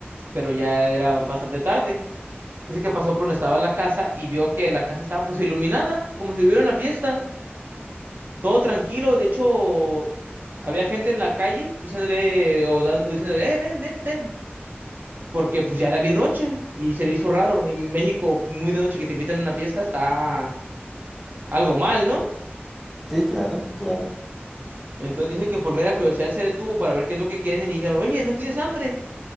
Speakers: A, on the right; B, in the centre.
A: pero ya era bastante tarde. Dice que pasó por donde estaba la casa y vio que la casa estaba pues iluminada, como si hubiera una fiesta, todo tranquilo. De hecho, había gente en la calle diciéndole o dando, diciéndole, eh, ven, ven, ven. porque pues ya era bien noche y se le hizo raro. En México, muy de noche que te invitan a una fiesta está algo mal, ¿no?
B: Sí, claro, claro.
A: Entonces dice que por mera curiosidad se detuvo para ver qué es lo que quieren y dijeron, oye, ¿no tienes hambre?